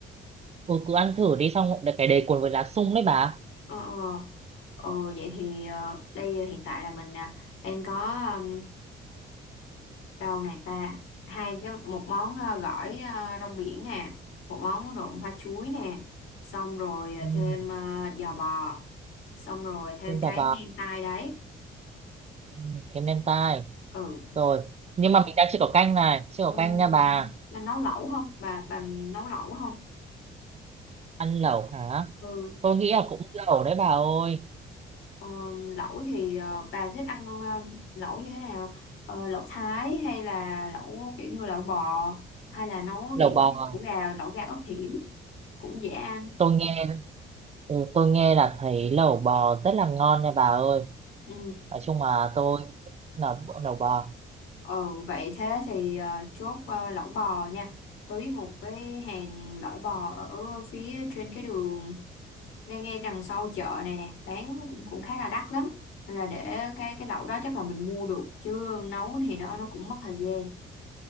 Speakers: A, on the right; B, on the left.
A: ừ cứ ăn thử đi xong rồi cái đầy cuốn với lá sung đấy bà
B: ờ ờ Ừ, vậy thì ờ, đây hiện tại là mình ờ, đang có um, đâu này ta hai cái một món ờ, gỏi ờ, rong biển nè một món nộm hoa chuối nè xong rồi ờ,
A: ừ,
B: thêm ờ, giò bò xong rồi thêm
A: thêm
B: cái
A: cả vào
B: nem tai đấy
A: ừ, thêm nem tai
B: ừ
A: rồi nhưng mà mình đang chưa có canh này chưa có
B: um,
A: canh nha bà
B: bà nấu lẩu không bà bà nấu lẩu không
A: ăn lẩu hả
B: ừ
A: tôi nghĩ là cũng lẩu đấy bà ơi
B: Ờ, lẩu thì ờ, bà thích ăn ờ, lẩu như thế nào? Ờ, lẩu Thái hay là lẩu kiểu như lẩu bò hay là nấu
A: lẩu
B: dạng
A: bò
B: như lẩu gà, lẩu gà ớt hiểm cũng dễ ăn.
A: tôi nghe ừ, tôi nghe là thấy lẩu bò rất là ngon nha bà ơi
B: Ừ,
A: nói chung là tôi thích lẩu, lẩu bò
B: ừ vậy thế thì ờ, chốt ờ, lẩu bò nha. Tôi biết một cái hàng lẩu bò ở phía trên cái đường ngay ngay đằng sau chợ này nè, bán cũng cũng khá là đắt lắm. Nên là để cái cái lẩu đó chắc là mình mua được chứ nấu thì nó nó cũng mất thời gian.